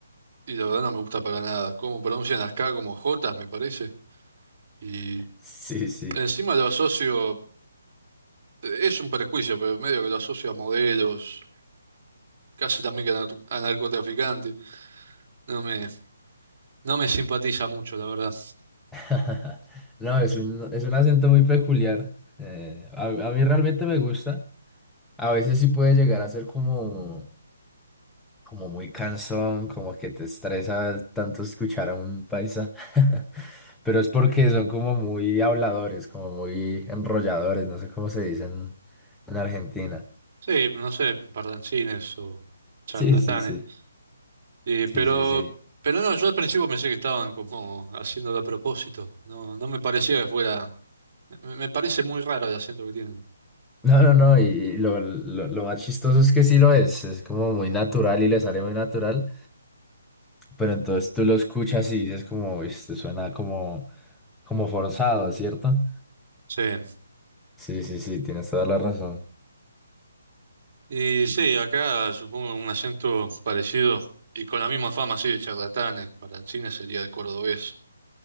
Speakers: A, on the right (about 40°); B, in the centre.
A: y la verdad no me gusta para nada. Cómo pronuncian las K como Jotas, me parece. Y
B: Sí, sí.
A: encima lo asocio, eh, es un prejuicio, pero medio que lo asocio a modelos, casi también que a nar- a narcotraficantes. No me, no me simpatiza mucho, la verdad.
B: <laughs> No, es un, es un acento muy peculiar. Eh, a, a mí realmente me gusta. A veces sí puede llegar a ser como, como muy cansón, como que te estresa tanto escuchar a un paisa. <laughs> Pero es porque son como muy habladores, como muy enrolladores, no sé cómo se dicen en en Argentina.
A: Sí, no sé, pardancines o charlatanes.
B: Sí, sí, sí.
A: Y,
B: Sí,
A: pero,
B: sí, sí.
A: pero no, yo al principio pensé que estaban como haciéndolo a propósito. No, no me parecía que fuera, me me parece muy raro el acento que tienen.
B: No, no, no, y lo, lo, lo más chistoso es que sí lo es, es como muy natural y le sale muy natural, pero entonces tú lo escuchas y dices como, "Uy, esto suena como, como forzado, ¿cierto?
A: Sí.
B: Sí, sí, sí, tienes toda la razón.
A: Y sí, acá supongo un acento parecido y con la misma fama, sí, de charlatanes. Para el cine sería el cordobés,